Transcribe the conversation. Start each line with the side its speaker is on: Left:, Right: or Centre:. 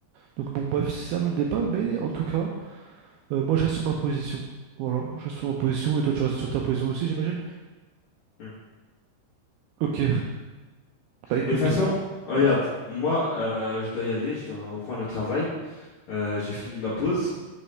Right: Donc bon, bref, c'est un autre débat, mais en tout cas, euh, moi je reste sur ma position. Voilà, je reste sur ma position, et toi tu restes sur ta position aussi, j'imagine?
Left: Hmm.
Right: Ok, bah écoute,
Left: de toute façon,
Right: euh,
Left: regarde,
Right: ouais.
Left: moi, euh, je dois y aller, je dois reprendre le travail. Euh, j'ai fini ma pause,